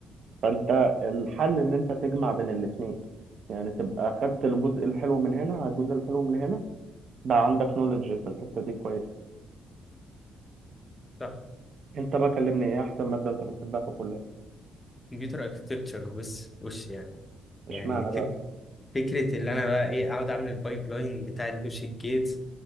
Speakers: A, on the right; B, on the left.
A: فانت الحل ان انت تجمع بين الاثنين يعني تبقى خدت الجزء الحلو من هنا على الجزء الحلو من هنا بقى عندك نولج في الحتة دي كويس
B: صح
A: انت بقى كلمني ايه احسن مادة انت بتحبها في الكلية
B: كمبيوتر اركتكتشر وش وش يعني
A: اشمعنى
B: يعني فك...
A: بقى
B: فكره اللي انا بقى ايه اقعد اعمل البايب لاين بتاع اللوجيك جيت